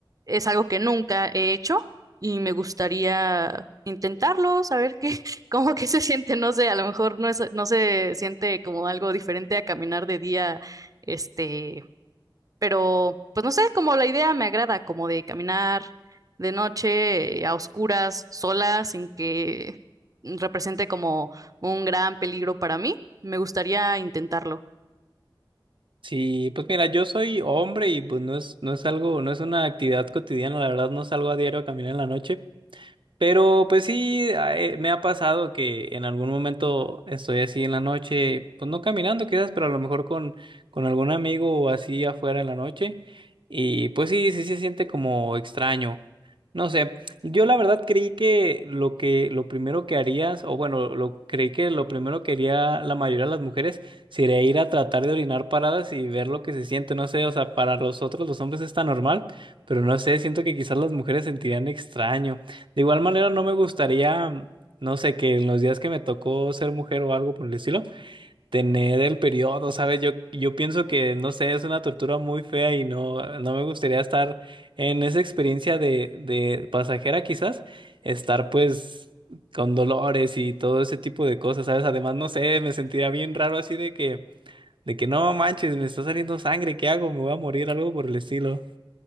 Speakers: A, on the right; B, on the right.
A: es algo que nunca he hecho y me gustaría intentarlo, saber qué, <laughs> cómo que se siente, no sé, a lo mejor no es, no se siente como algo diferente a caminar de día, este, pero, pues no sé, como la idea me agrada, como de caminar de noche, eh, a oscuras, sola, sin que represente como un gran peligro para mí. Me gustaría intentarlo.
B: Sí, pues mira, yo soy hombre y pues no es, no es algo, no es una actividad cotidiana, la verdad no salgo a diario a caminar en la noche, Pero pues sí, ah, eh, me ha pasado que en algún momento estoy así en la noche, pues no caminando quizás, pero a lo mejor con, con algún amigo o así afuera en la noche. Y pues sí, sí se siente como extraño. No sé, yo la verdad creí que lo que lo primero que harías, o bueno, lo creí que lo primero que haría la mayoría de las mujeres sería ir a tratar de orinar paradas y ver lo que se siente. No sé, o sea, para los otros los hombres está normal, pero no sé, siento que quizás las mujeres sentirían extraño. De igual manera, no me gustaría, no sé, que en los días que me tocó ser mujer o algo por el estilo, tener el periodo, ¿sabes? Yo, yo pienso que, no sé, es una tortura muy fea y no, no me gustaría estar en esa experiencia de, de pasajera quizás, estar pues con dolores y todo ese tipo de cosas, ¿sabes? Además, no sé, me sentiría bien raro así de que, de que no manches, me está saliendo sangre, ¿qué hago? Me voy a morir, algo por el estilo.